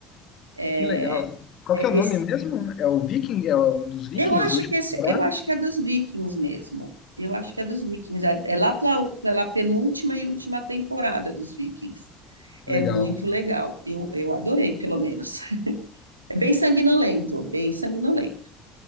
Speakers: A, on the right; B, on the left.
A: é,
B: que legal. Qual
A: é,
B: que é o nome
A: esse
B: mesmo? É o Viking, é o dos Vikings,
A: eu acho
B: a última
A: que esse,
B: temporada?
A: eu acho que é dos Vikings mesmo. Eu acho que é dos Vikings. É é lá pela, pela penúltima e última temporada dos Vikings. É
B: Legal.
A: muito legal. Eu, eu adorei, pelo menos. <laughs> É bem sanguinolento, bem sanguinolento.